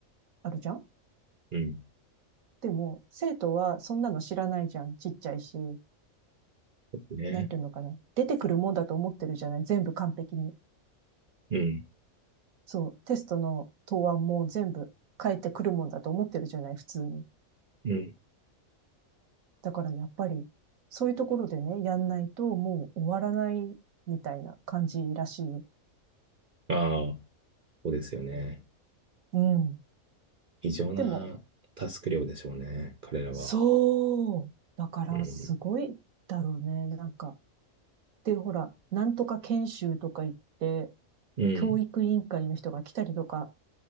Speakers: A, on the right; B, on the right.
A: あるじゃん
B: ん。
A: でも、生徒はそんなの知らないじゃん。ちっちゃいし、
B: ね。
A: なんていうのかな。出てくるもんだと思ってるじゃない全部完璧に。
B: うん。
A: そう、テストの答案も全部変えてくるもんだと思ってるじゃない普通に。
B: うん。
A: だからやっぱり、そういうところでね、やんないともう終わらないみたいな感じらしいよ。
B: ああ、そうですよね。
A: うん。
B: 異常なタスク量でしょうね。
A: でも、
B: 彼らは。
A: そう。だからすごいだろうね。
B: うん。
A: なんか、で、ほら、なんとか研修とか言って、
B: うん。
A: 教育委員会の人が来たりとか、